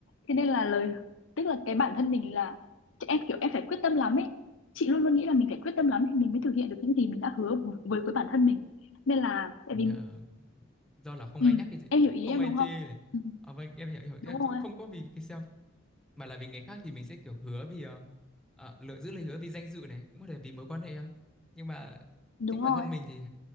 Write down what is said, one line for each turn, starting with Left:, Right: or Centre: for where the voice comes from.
Left: thế nên là lời tức là cái bản thân mình là em kiểu em phải quyết tâm lắm ấy chị luôn luôn nghĩ là mình phải quyết tâm lắm thì mình mới thực hiện được những gì mình đã hứa với với bản thân mình nên là tại
Centre: Ồ,
Left: vì
Centre: nghĩa là do là không
Left: ừ,
Centre: ai nhắc thì chị
Left: em hiểu
Centre: cũng
Left: ý
Centre: không
Left: em
Centre: ai
Left: đúng
Centre: chê
Left: không
Centre: này
Left: ừ, ừ,
Centre: à, vâng em hiểu, hiểu. Nghĩa
Left: đúng
Centre: là
Left: rồi
Centre: cũng không có vì cái sao mà là vì người khác thì mình sẽ kiểu hứa vì ờ, ờ, lựa giữ lời hứa vì danh dự này cũng có thể vì mối quan hệ à. nhưng mà
Left: đúng
Centre: chính bản
Left: rồi
Centre: thân mình thì